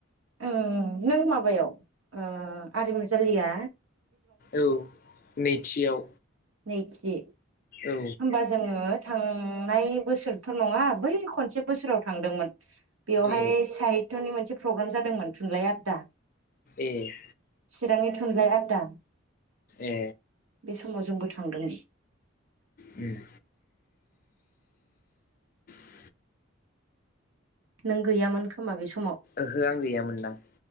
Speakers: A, on the right; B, on the left.
A: ओह नों माबायाव ओह आरिमु जाालिया।
B: औ नैथियाव।
A: नैथि।
B: औ
A: होमबा जोङो थांनाय। बोसोरथ' नङा बै खनसे बोसोराव थांदोंमोन। बेवहाय
B: ए
A: साहितनि मोनसे फ्रग्रान जादोंमोन थुनलाइ आददा।
B: एह।
A: चिरांनि थुनलाइ आददा।
B: ए
A: बे समाव जोंबो थांदों।
B: उम <inaudible>
A: नों गैयामोन खोमा बे स
B: ओहो आं गैयामोनदां।